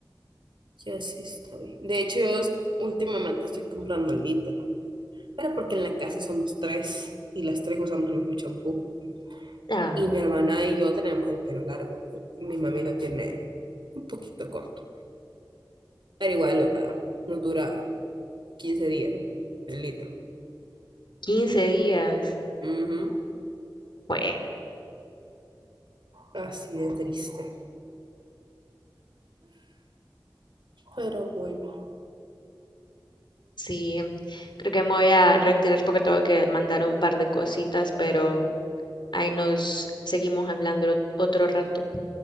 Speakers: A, on the right (about 75°); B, on the left (about 65°).
A: yo sí estoy. De hecho, yo s- últimamente estoy comprando litro, pero porque en la casa somos tres y las tres usamos el mismo champú.
B: Ah,
A: Y mi hermana y yo tenemos el pelo largo. Mi mami lo tiene un poquito corto, pero igual, o sea, no dura 15 días el litro.
B: quince días.
A: Ujú,
B: Bueno,
A: Así de triste. Pero bueno.
B: sí, creo que me voy a retirar porque tengo que mandar un par de cositas, pero ahí nos seguimos hablando ot- otro rato.